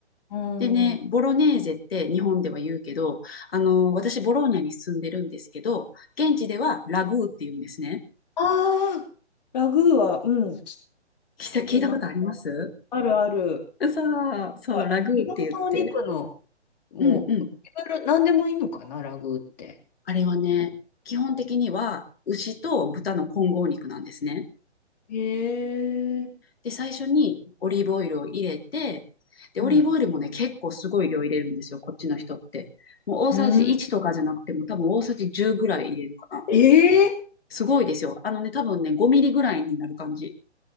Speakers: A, on the left; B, on the left.
A: うんうん。
B: でね、ボロネーゼって日本では言うけど、あの、私、ボローニャに住んでるんですけど、現地ではラグーって言うんですね。
A: ああー、ラグーは、うん、聞
B: 聞いた聞いたことあります
A: きますね。あるある。
B: そう、そう、
A: はい。
B: ラグーって言って。
A: いろんなお肉の、もう、
B: うんうん。
A: いろいろ、なんでもいいのかな、ラグーって。
B: あれはね、基本的には牛と豚の混合肉なんですね。
A: へえ。
B: で、最初にオリーブオイルを入れて、で、
A: うん。
B: オリーブオイルもね、結構すごい量入れるんですよ、こっちの人って。もう大さじ1とかじゃなくても、
A: うん。
B: 多分大さじ10ぐらい入れるかな。
A: ええー
B: すごいですよ。あのね、多分ね、5ミリぐらいになる感じ。